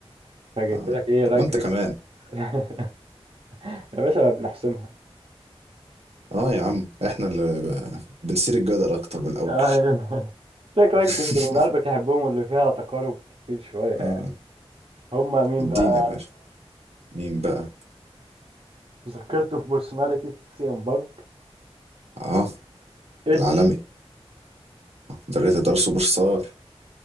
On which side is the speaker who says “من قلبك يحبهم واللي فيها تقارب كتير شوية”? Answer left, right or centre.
Right